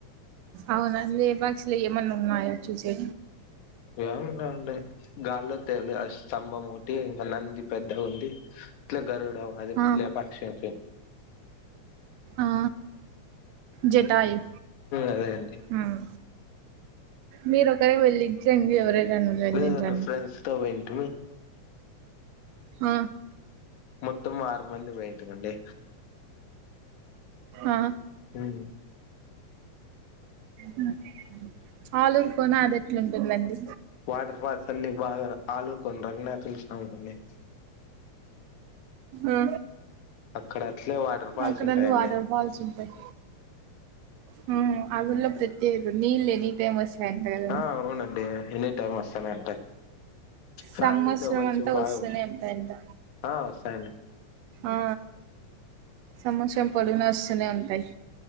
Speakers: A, on the right; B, on the left.
A: అవునండి ఏపాక్షలు ఏమన్నా ఉన్నాయా చూసే
B: ఏముండ ఉ గాల్లో తెలి స్తంభం ఒకటి నంది పెద్ద ఉంది ఇల గర అది
A: ఆ
B: లేపాక్షం
A: ఆ జటాయు
B: అదే అండి
A: ఉమ్ మీరు ఒకరే వెళ్ళించండి ఎవరైనా వెళ్ళించండి
B: లేదండి ఫ్రెండ్స్తోంటి తుమ
A: హ
B: మొత్తం వ మంది పోయంటి అండి
A: ఆ
B: హ
A: హ ఆళరుకోన్నా అద ఎట్లు ఉంటుందండి
B: వాటర్ఫాల్స్ అన్ని బ ఆలూరు కొ రంగణ సాభనే
A: ఆ
B: అక్కడ అట్లే వాటర్ ఫాల్స్
A: అక్కడన్ని
B: ఉంటాయండి
A: వాటర్ ఫాల్స్ ఉంటాయి హ్మ్. అగుల్లో ప్రత్యేకత నీళ్ లే నీ టేమస్ా ఎంటదం
B: ఆ అవునండి ఎనీ టైమ్ వస్తానే ఉంటాయి ఫ్యామిలీతో
A: సంవత్సరం
B: అవ్వచ్చు
A: అంతా వస్తునే
B: బాగా
A: ఎంత ఎంత
B: ఆ వస్తాయండి
A: ఆ సమషం పడు బస్నే ఉంటాయి